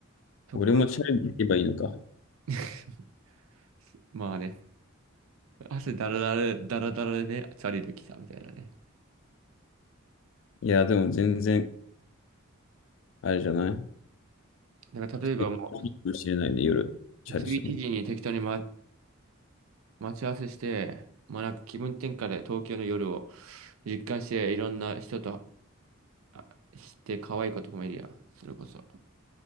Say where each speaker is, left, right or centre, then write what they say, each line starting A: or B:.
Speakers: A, on the right; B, on the left.
A: そこは
B: 俺もチャレンジ行けばいいのか。
A: <laughs> まあね、汗だらだら、だらだらでチャリで来たみたいなね。
B: いや、でも全然、あれじゃない普
A: なんか例えばも
B: 通に行けばいかもしれないで、夜、チャレするの。
A: う、11時に適当に、
B: だ
A: ま、待ち合わせして、まあなんか気分転換で東京の夜を実感して、いろんな人と、あ、して可愛い子とかもいるやん。それこそ。